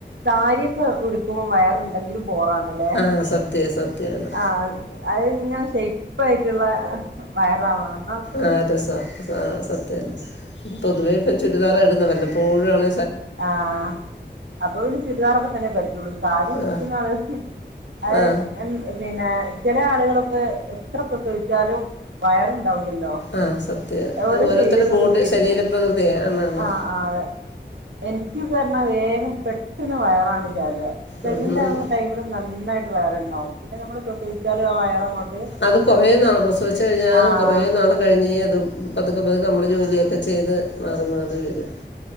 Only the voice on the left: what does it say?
ആ സത്യം സത്യമാണ്
ആഹ രസ ആഹ സത്യ തന്നെ പൊതുവേ ഇപ്പം ചുരിദാ ഇടുന്ന വല്ലപ്പോഴ ആണ
ആ
ആ
ആഹ സത്യ അത്
ഓരോരുത്തരുടെ
ബോഡി ശരീരം പ്രകൃതിയ എന്നാണ്
ആ നമ്മ
അത് കുറേ നാൾ പ്രസവിച്ച് കഴിഞ്ഞാലും
കുറേ നാൾ കഴിഞ്ഞേ അത് പതുക്കെ പതുക്കെ നമ്മള് ജോലിയൊക്കെ ചെയ്ത് മാറി മാറിും അത്ര